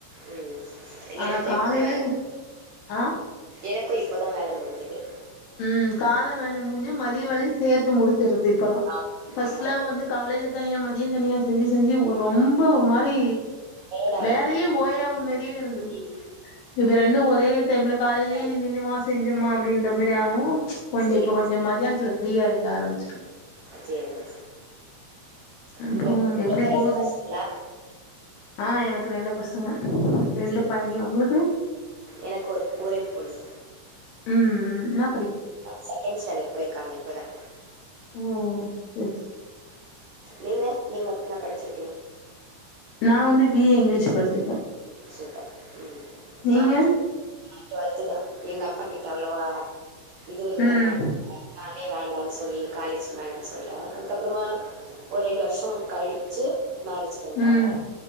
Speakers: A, on the right (about 85°); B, on the left (about 75°).
A: ம் ம்
B: ஆனா
A: எனக்கு
B: காலையில
A: இப்போ வேல
B: ஆ
A: எனக்கு இப் இப்ப தான் வேலை முடிஞ்சிது
B: ம் கால்ல வேலை முடிஞ்சு மதிய வேலையும் சேத்து முடி தெரிது இப்பல்லாம்
A: ஆமா
B: பர்ஸ்ட்லா
A: ஆமா
B: வந்து காலையில தனியா மதிய தனியா செஞ்சி செஞ்சி ஒரு ரொம்ப ஒரு மாரி
A: டயர்ட் ஆயிடு
B: வேலையே
A: ம்
B: ஓயாவு மாரியே இருந்தது
A: ம்
B: இப்ப ரெண்டு ஒரே டைம்ல காலேலயே
A: ஆ
B: நின்னு மாச செஞ்சமா அப்டின்ற மாரி ஆ ஓ கொஞ்சோ
A: சேரிங்க
B: இப்ப கொஞ்சோ மதியானதுல ஃப்ரியா ஆய் ஆரம்பிச்டோம்
A: சேரிங்க
B: அப்புறோம்
A: உங்க
B: எப்புடி
A: உங்களுக்கு ரெண்டு
B: போது
A: பசங்களா
B: ஆ எனக்கு ரெண்டு பசங்க ரெண்டு
A: சேரிங்க
B: பையன் உங்களுக்கு
A: எனக்கு ஒரு ஒரே பொண்ணு
B: ம் ம் ன்னாப்
A: செகண்ட் ஸ்டாண்டர்ட் போயிருக்காங்க இப்பதான்
B: உம் செரி செரி
A: நீங்க நீங்க எனா படிச்சிரு
B: நா வந்து பி ஏ இங்கிலஷ் படிச்சிருக்கே
A: சூப்பர் உம்
B: நீங்க
A: நா நா ட்டுவெல்த் தா எங்க அப் அப்பாக்கிட்ட அவ்ளோவா இது இல்லனால
B: ம்
A: நானே வேண்டான்னு சொல்லி காலேஜ் வேணானு சொல்ட்டா அதுக்கப் அப்பறமா ஒரு ரெண்டு வருஷ கழிச்சி மேரேஜ் பண்ட்டாங்க
B: ம்